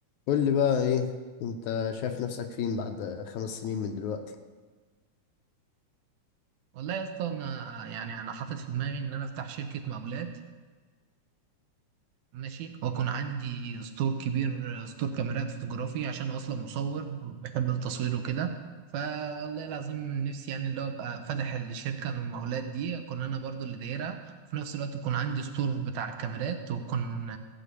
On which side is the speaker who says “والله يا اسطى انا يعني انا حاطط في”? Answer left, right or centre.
Right